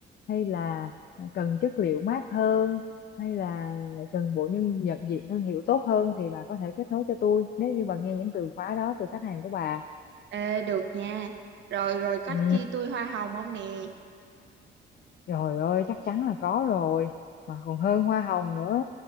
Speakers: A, on the left; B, on the right.
A: hay là cần chất liệu mát hơn hay là cần bộ nhân nhận diện thương hiệu tốt hơn thì bà có thể kết nối cho tôi nếu như bà nghe những từ khóa đó từ khách hàng của bà
B: Ê được nha Rồi rồi có
A: ừ.
B: chia tôi hoa hồng không nè
A: Trời ơi, chắc chắn là có rồi, mà còn hơn hoa hồng nữa.